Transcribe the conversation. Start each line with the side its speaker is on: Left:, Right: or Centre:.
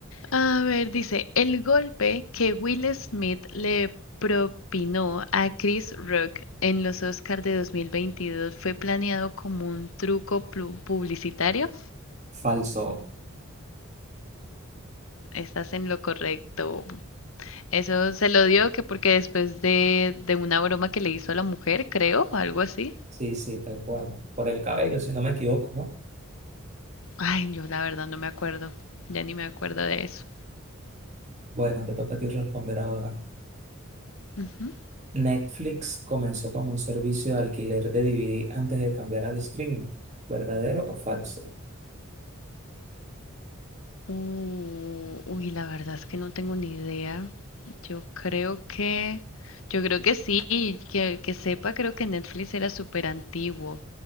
Left: A ver, dice, el golpe que Will Smith le propinó a Chris Rock en los Oscars de 2022 fue planeado como un truco plu- publicitario.
Right: falso.
Left: Estás en lo correcto. Eso se lo dio que porque después de, de una broma que le hizo a la mujer, creo, algo así.
Right: Sí, sí, tal cual. Por el cabello, si no me equivoco, ¿no?
Left: Ay, yo la verdad no me acuerdo. Ya ni me acuerdo de eso.
Right: Bueno, te toca a ti responder ahora.
Left: Ujú.
Right: Netflix comenzó como un servicio de alquiler de DVD antes de cambiar al streaming. ¿Verdadero o falso?
Left: Uh, uy, la verdad es que no tengo ni idea. Yo creo que, yo creo que sí, que, que sepa, creo que Netflix era súper antiguo.